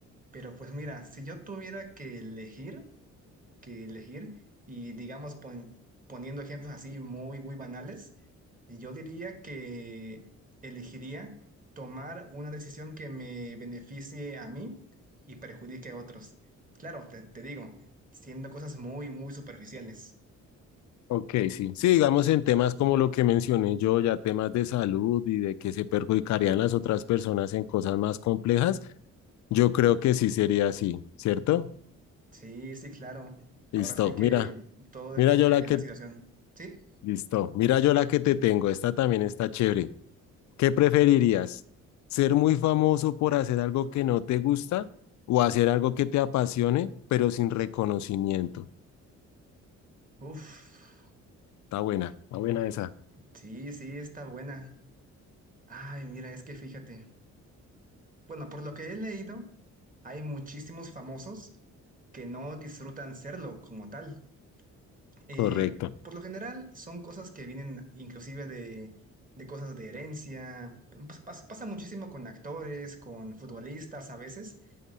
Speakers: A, on the right; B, on the left.
A: Pero pues mira, si yo tuviera que elegir, que elegir y digamos pon- poniendo ejemplos así muy, muy banales, yo diría que elegiría tomar una decisión que me beneficie a mí y perjudique a otros. Claro, te, te digo, siendo cosas muy, muy superficiales.
B: Ok, sí. Sí, digamos en temas como lo que mencioné yo, ya temas de salud y de que se perjudicarían las otras personas en cosas más complejas, Yo creo que sí sería así, ¿cierto?
A: Sí, sí, claro.
B: Listo,
A: Ahora sí que
B: mira,
A: todo depende
B: mira yo la
A: de
B: que,
A: la situación. ¿Sí?
B: listo, mira yo la que te tengo, esta también está chévere. ¿Qué preferirías? ¿Ser muy famoso por hacer algo que no te gusta o hacer algo que te apasione, pero sin reconocimiento?
A: Uf,
B: Está buena, está buena esa.
A: sí, sí, está buena. Ay, mira, es que fíjate. Bueno, por lo que he leído, hay muchísimos famosos que no disfrutan serlo como tal. Eh,
B: Correcto.
A: por lo general, son cosas que vienen inclusive de, de cosas de herencia. Pas- pas- pasa muchísimo con actores, con futbolistas a veces.